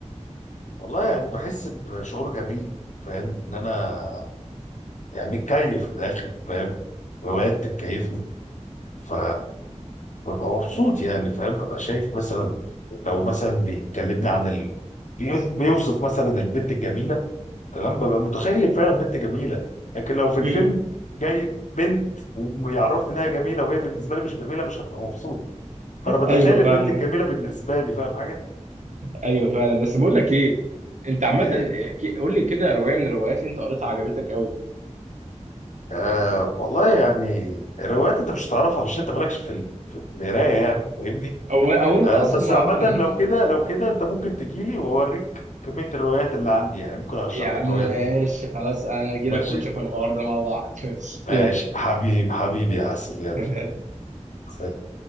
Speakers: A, on the left; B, on the right.
A: والله يعني بحس بشعور جميل فاهم ان انا يعني متكيف من الاخر فاهم روايات بتكيفني ف ببقى مبسوط يعني فاهم ببقى شايف مثلا لو مثلا بيكلمني عن ال... بيوصف مثلا البنت الجميله تمام ببقى متخيل فعلا بنت جميله لكن لو في الفيلم
B: <laughs>
A: جاي بنت ويعرفني انها جميله وهي بالنسبه لي مش جميله مش هبقى مبسوط فانا بتخيل
B: ايوه
A: البنت
B: فاهمك
A: الجميله بالنسبه لي فاهم حاجه؟
B: ايوه فعلا بس بقول لك ايه انت عامه
A: ايه
B: احكي قول لي كده روايه من الروايات اللي انت قريتها عجبتك قوي
A: آه والله يعني الروايات انت مش هتعرفها عشان انت مالكش في ال- في القرايه يعني فاهمني؟
B: او او انت
A: آه
B: اصلا
A: بس
B: ما
A: عامه
B: <laughs>
A: لو كده لو كده انت ممكن تجي لي واوريك كميه الروايات اللي عندي يعني ممكن ارشح
B: يا عم
A: لك
B: ماشي
A: روايات دلوقتي.
B: خلاص انا اجي
A: ماشي؟
B: لك ونشوف الحوار ده مع بعض ماشي
A: ماشي حبيبي حبيبي يا عسل يلا
B: يلا
A: سلام.